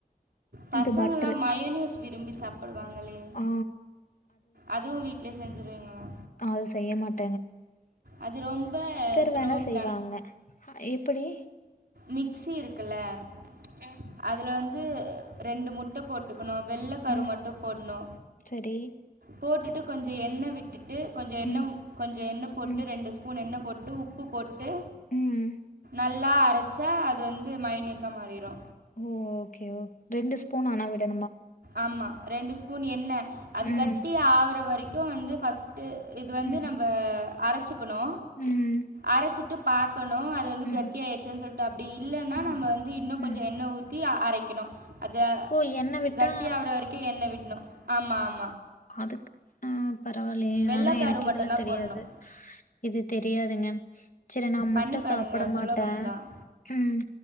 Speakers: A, on the right (about 85°); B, on the left (about 60°).
A: பசங்கல்லா
B: இது பட்ரு
A: மயோனூஸ் விரும்பி சாப்டுவாங்களே
B: ஆ
A: அதுவு வீட்ல மே செஞ்சுருவீங்களா
B: அ அது செய்ய மாட்
A: அது ரொம்ப
B: <unintelligible>
A: சுலபம்
B: வேணா செய்வாங்க எப்டி
A: மிக்சி இருக்குல்ல ம் அதுல வந்து ரெண்டு முட்ட போட்டு கனு வெள்ள கரு
B: ம்.
A: மட்டு போட்ணு
B: சரி.
A: போட்டுட்டு கொஞ்சோ எண்ண விட் விட்டுட்டு கொஞ்சோ எண்ண
B: ம்,
A: கொஞ்சோ எண்ண போட்டு
B: ம்,
A: ரெண்டு ஸ்பூன் எண்ண போட்டு உப்பு போட்டு
B: ம்.
A: நல்லா அரச்சா அது வந்து மையோனிசா மாறிரு
B: ஓ ஓகே ஓ ரெண்டு ஸ்பூன் எண்ண விட
A: ஆமா ரெண்டு ஸ்பூன் எண்ண அது
B: ம்,
A: கட்டி ஆவுற வரைக்கு வந்து ஃபஸ்டு இது
B: ம்,
A: வந்து நம்ப அரச்சிக்கணு
B: ம்,
A: அரச்சிட்டு பா கணு அது வந்து
B: ம்,
A: கட்டி ஆயிடுச்சுனு சொல்ட்டு அப்டி இல்லைன்னா
B: ம்,
A: நம்ம வந்து இன்னுகொஞ்சோ
B: ம்.
A: எண்ண ஊத்தி அரைக்கணு அது
B: ஓ! எண்ணெய் விட்டா
A: கட்டி ஆகுற வரைக்கு எண்ண விடணு ஆமா ஆமா
B: அதுக் அ பரவாயில்லயே
A: வெள்ளைக்கரு
B: எனக்கு இதெல்லா
A: மட்டும்தான்
B: தெரியாது
A: போடணும்
B: இது தெரியாதுங்க செரி நா முட்ட
A: பண்ணி பாருங்கள்
B: சாப்ட மாட்ட
A: சுலபம் தான்
B: ம்